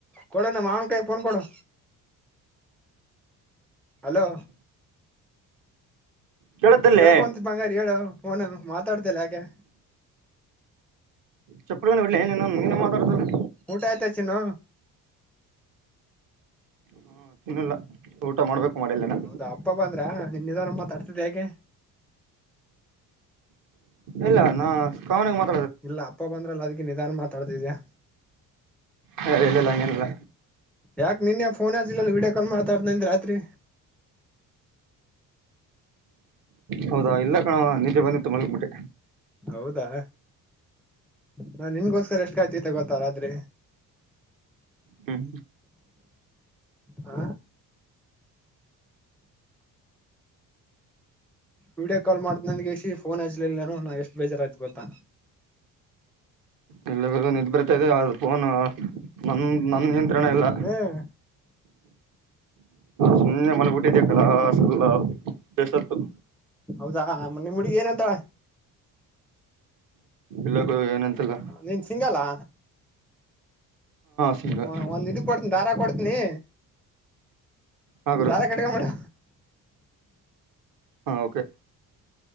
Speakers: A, in the centre; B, on the right.
A: ಕೊಡು ನಮ್ಮ ಮಾವನ ಕೈಯಾಗ ಫೋನ್ ಕೊಡು. ಹಲೋ.
B: ಕೇಳತ್ತಲ್ಲೇ
A: ಕೇಳ್ಕೊಂತ್ ಬಂಗಾರಿ ಹೇಳು ಫೋನ್ ಮಾತಾಡ್ತಿಲ್ಲ ಯಾಕೆ.
B: ಚಪ್ಪಲಿನ ಹೊಡ್ಲಿ ಏನ ನೀನು. ನೀನೇ ಮಾತಾಡ್ತಲ್ಲ
A: ಊಟ ಆಯ್ತಾ ಚಿನ್ನು.
B: ಹಾ ಇನ್ನು ಇಲ್ಲ ಊಟ ಮಾಡ್ಬೇಕು. ಮಾಡಿಲ್ಲೇನ
A: ಹೌದಾ ಅಪ್ಪ ಬಂದ್ರ ನಿನ್ನಿ ನಿಧಾನ ಮಾತಾಡ್ತೀದಿ ಯಾಕೆ.
B: ಇಲ್ಲ ನಾ ಕಾಮನ್ ಆಗಿ ಮತ್.
A: ಇಲ್ಲ ಅಪ್ಪ ಬಂದ್ರಲ್ಲ ಅದಕ್ಕೆ ನಿಧಾನ ಮಾತಾಡ್ತಿದ್ಯಾ.
B: ಹೇ ಇಲ್ಲ ಇಲ್ಲ ಹಂಗೇನಿಲ್ಲ.
A: ಯಾಕ ನಿನ್ಯ ಫೋನ್ ಹಚ್ಚಿಲಲ್ಲ ವೀಡಿಯೋ ಕಾಲ್ ಮಾತಾಡ್ತಾನ ಅಂದಿ ರಾತ್ರಿ.
B: ಹೌದಾ ಇಲ್ಲ ಕಣೋ ನಿದ್ದಿ ಬಂದಿತ್ತು ಮಲಗಿ ಬಿಟ್ಟೆ.
A: ಹೌದಾ ನಾ ನಿನಗ ಗೋಸ್ಕರ ಎಷ್ಟ. ಕಾಯುತ್ತಿದ್ದೆ ಗೊತ್ತಾ ರಾತ್ರಿ.
B: ಹ್ಮ್.
A: ಆ. ವೀಡಿಯೊ ಕಾಲ್ ಮಾಡ್ತೀನಿ ಅಂದ್ ಕೇಸಿ ಫೋನ್ ಹಚ್ಲಿಲ್ಲ ಏನೋ ನಾ ಎಷ್ಟು ಬೇಜಾರಾಯ್ತ ಗೊತ್ತಾ.
B: ಇಲ್ಲ ಬ್ರೋ ನಿದ್ದಿ ಬರ್ತಾ ಇದೆ ಅದ ಫೋನ್ ನನ್ ನನ್. ಹಿಡಿದರನ ಎಲ್ಲಾ.
A: ಹ್ಮ್
B: ಸುಮ್ಮ್ನೆ ಮಲಗ್ಬಿಟ್ಟಿದ್ದೆ ಕಣೋ ಸುಳ್ಳೋ ಕೇಳಸಾತದ.
A: ಹೌದಾ ನಿಮ್ಮ ಹುಡ್ಗಿ ಏನ ಅಂತಾಳ.
B: ಇಲ್ಲ ಕಣೋ ಏನ್ ಅಂತಿಲ್ಲ.
A: ನೀನ್ ಸಿಂಗಲ್ಲಾ
B: ಸಿಂಗಲ್
A: ಹ ಒಂದ್ ಇದ ಕೊಡ್ತನಿ ದಾರ ಕೊಡ್ತನಿ.
B: ಹಾ ಗುರು
A: ದಾರ ಕಟ್ಕೊಂಡ್ ಬಿಡು.
B: ಹಾ ಓಕೆ.